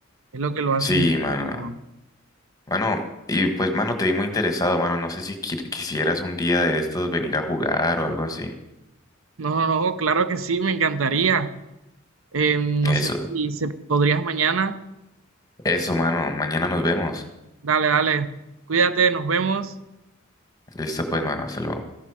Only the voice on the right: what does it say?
es lo que lo hace
incómodo.
No, no, no, claro que sí, me encantaría. Eh, no
sé si se podrías mañana.
Dale, dale. Cuídate, nos vemos.